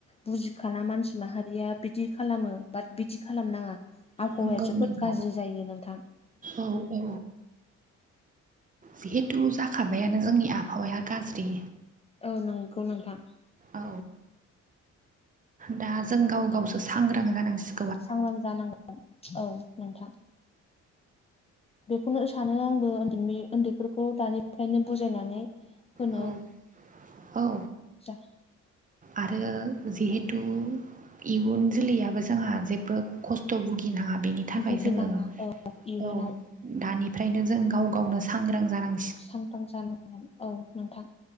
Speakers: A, on the left (about 20°); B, on the right (about 25°).
A: बुजिखाना मानसि माहारिया बिदि खालामो बाट बिदि खालामनाङा आबहावाया
B: नंगौ
A: जोबोद
B: नंगौ
A: गाज्रि जायो नोंथां
B: औ औ जिहेथु जाखाबायानो जोंनि आबहावाया गाज्रि
A: औ नंगौ नोंथां
B: औ दा जों गाव गावसो सांग्रां जानांसिगोन
A: सांग्रां जानांगोन औ नोंथां बेखौनो सानो आंबो उन्दैनि उन्दैफोरखौ दानिफ्रायनो बुजायनानै होनो
B: औ औ
A: जा
B: आरो जिहेथु इयुन जोलैयाबो जोंहा जेबो खस्थ' भुगिनाङा बेनि थाखाय
A: भुगिनाङा
B: जोङो
A: औ इयुनाव
B: औ दानिफ्रायनो जों गाव गावनो सांग्रां जानांग
A: सांग्रां जानांगोन औ नोंथां